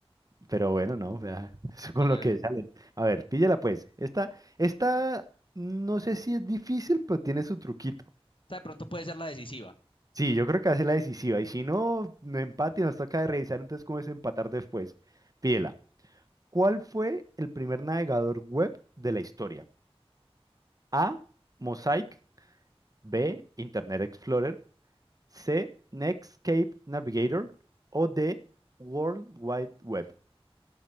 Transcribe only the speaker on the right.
Pero bueno, no, vea, <laughs> eso
con
lo que
salen. A ver, píllala pues. Esta, esta, no sé si es difícil, pero tiene su truquito.
Sí, yo creo que hace la decisiva. Y si no, no empate y nos toca de revisar, entonces cómo es empatar después. Pídela. ¿Cuál fue el primer navegador web de la historia? A. Mosaic. B. Internet Explorer. C, Netscape Navigator o D, World Wide Web.